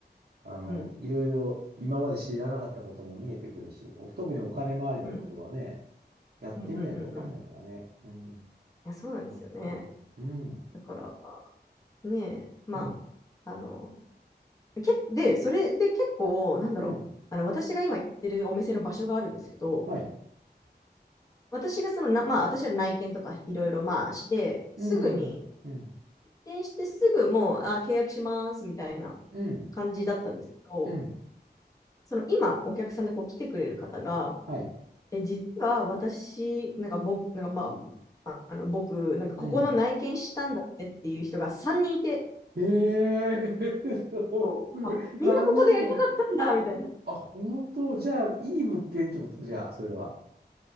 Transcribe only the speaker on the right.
あの、
いろいろ今まで知らなかったことも見えてくるし、お特にお金回りのことはね、
やってみないとわかんないからね。
うん。
あと、うん、う
ん、
うん、
はい、
うん、
うん、うん、
うん、
うん
はい、
うん。へえ <laughs> そうすごい。
何それ。
あ、本当じゃあ、いい物件ってことじゃあ、それは。